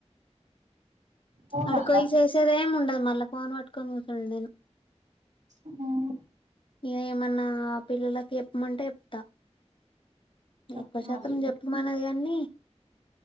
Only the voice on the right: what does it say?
పో
మళ్ళా
ఉ
చెప్పు
మళ్ళీ